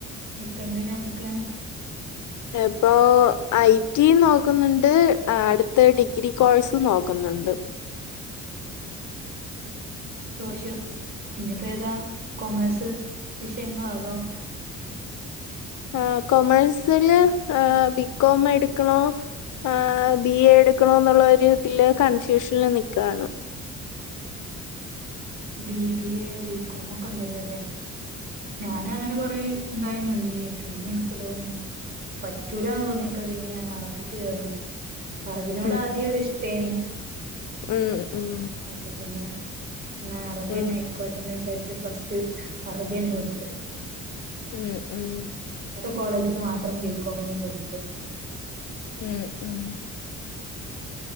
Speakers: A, on the right; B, on the left.
A: ഇപ്പെന്തിനാ.. പഠിക്വെ?
B: എഹ് പ്പോ... ഐറ്റിം.. നോക്കുന്നുണ്ട് അ അടുത് ഡിഗ്രി കോഴ്സും നോക് ന്നുണ്ട്
A: തോഷ്യോ... ഞ്ഞിപ്പേതാ... കൊമേഴ്സ് വിഷയങ്ങളൊ.. അതോ..
B: ആഹ്.. കൊമേഴ്സില് അഹ് ബികോമെടുക്കണോ ആഹ്... ബി എ എടുക്കണോന്നുള്ളൊരുതില് കൺഫ്യൂഷല്നിക്കാണ്.
A: ഉം ബി ബിഎ ബികോമൊക്കണ്ടല്ലോലേ... ഞാനും അങ്ങനെ കൊറേ എന്തായി <unintelligible> പിന്നെ എനിക്ക് തോന്നി പറ്റൂലാന്ന് തോന്നിയപ്പ പിന്നെ ഞാന് അറബിക്ക് ചേർന്ന്. അറബിനോട്
B: ഉം
A: അധ്യെ ഒരു ഇഷ്ട്ടെനീ
B: ഉം ഉം
A: അപ്പപിന്നെ എന്നാ അറബി
B: ഉം
A: തന്നെ ആയിക്കോട്ടേന്ന് വിചാരിച്ച് ഫസ്റ്റ് അറബി തന്നെ കൊട്ത്ത്
B: മ്ഹ് മ്ഹ്
A: കോളേജില് മാത്രം ബി കോമിനും കൊട്ത്തു.
B: മ്ഹ് മ്ഹ്